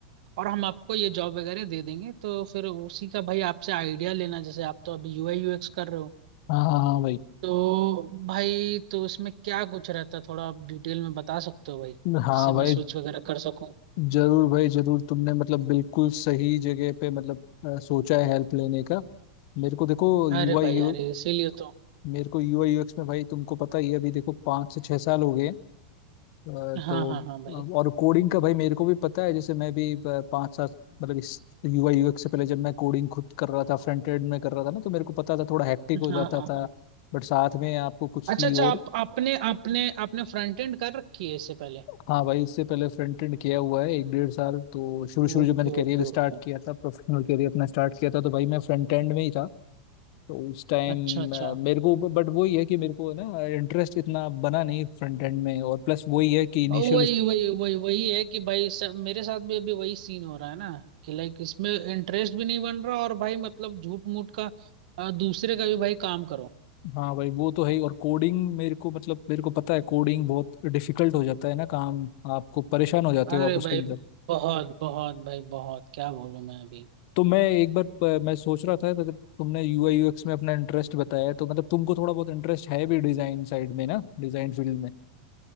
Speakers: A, on the right (about 65°); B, on the left (about 55°).
A: और हम आपको ये जॉब वगैरह दे देंगे तो फिर उसी का भाई आपसे आइडिया लेना जैसे आप तो अभी यूआई यूएक्स कर रहे हो
B: हाँ हाँ हाँ भाई
A: तो भाई तो उसमें क्या कुछ रहता है थोड़ा आप डिटेल में बता सकते हो भाई जिससे
B: हाँ भाई
A: मैं स्विच वगैरह कर सकूं
B: जरूर भाई जरूर तुमने मतलब बिल्कुल सही जगह पे मतलब अ, सोचा है हेल्प लेने का मेरे को देखो यूआई
A: अरे भाई
B: यू
A: अरे इसीलिए तो
B: मेरे को यूआई यूएक्स में भाई तुमको पता ही है अभी देखो पाँच से छह साल हो गए हैं अ,
A: हाँ
B: तो
A: हाँ हाँ भाई
B: और कोडिंग का भाई मेरे को भी पता है जैसे मैं भी अ, पाँच सात मतलब इस यूआई यूएक्स से पहले जब मैं कोडिंग खुद कर रहा था फ्रंट एंड में कर रहा था ना तो मेरे को पता था थोड़ा हैक्टिक हो जाता
A: हाँ हाँ
B: था
A: हाँ
B: बट साथ में आपको कुछ
A: अच्छा
B: सी
A: अच्छा
B: और
A: आप आपने आपने आपने फ्रंट एंड कर रखी है इससे पहले
B: हाँ भाई इससे पहले फ्रंट एंड किया हुआ है एक डेढ़ साल तो शुरू शुरू
A: Okay
B: जब मैंने करियर
A: okay
B: स्टार्ट
A: okay
B: किया था प्रोफेशनल करियर अपना स्टार्ट किया था तो भाई मैं फ्रंट एंड में ही था तो उस टाइम
A: अच्छा अच्छा
B: मेरे को बट वही है कि मेरे को है ना इंटरेस्ट इतना बना नहीं फ्रंट एंड में और प्लस वही है कि इनिशियल
A: और वही वही वही वही है कि भाई सब मेरे साथ भी अभी वही सीन हो रहा है ना कि लाइक इसमें इंटरेस्ट भी नहीं बन रहा और भाई मतलब झूठ मूठ का अ, दूसरे का भी भाई काम करो
B: हाँ भाई वो तो है ही और कोडिंग मेरे को मतलब मेरे को पता है कोडिंग बहुत डिफिकल्ट हो जाता है ना काम आपको परेशान हो जाते
A: अरे
B: हो आप उसके
A: भाई
B: अंदर
A: बहुत बहुत भाई बहुत क्या बोलूं मैं अभी
B: तो मैं एक बार प- मैं सोच रहा था मतलब तुमने यूआई यूएक्स में अपना इंटरेस्ट बताया है, तो मतलब तुमको थोड़ा बहुत इंटरेस्ट है भी डिजाइन साइड में ना डिजाइन फील्ड में